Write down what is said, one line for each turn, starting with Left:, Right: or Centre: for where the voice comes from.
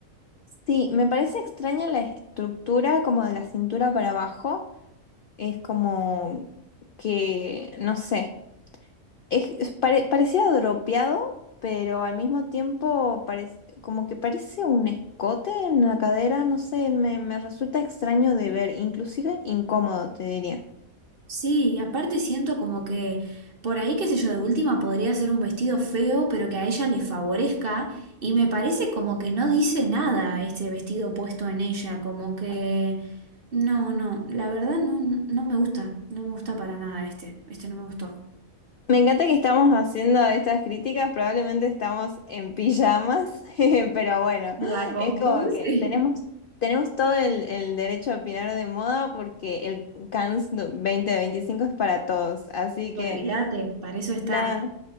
Left: Sí, me parece extraña la estructura como de la cintura para abajo. Es como que, no sé, es, es pare- parecía dropeado, pero al mismo tiempo parec- como que parece un escote en la cadera, no sé, me, me resulta extraño de ver, inclusive incómodo, te diría.
Right: Sí, y aparte siento como que por ahí, qué sé yo, de última podría ser un vestido feo, pero que a ella le favorezca, y me parece como que no dice nada este vestido puesto en ella, como que no, no, la verdad no, no me gusta, no me gusta para nada este, este no me gustó.
Left: Me encanta que estamos haciendo estas críticas, probablemente estamos en pijamas, <laughs> pero bueno,
Right: En la compu,
Left: es como que
Right: Sí.
Left: tenemos, tenemos todo el, el derecho a opinar de moda porque el Cannes do- 2025 es para todos. Así
Right: <laughs>
Left: que
Right: olvídate. Para eso está.
Left: nada,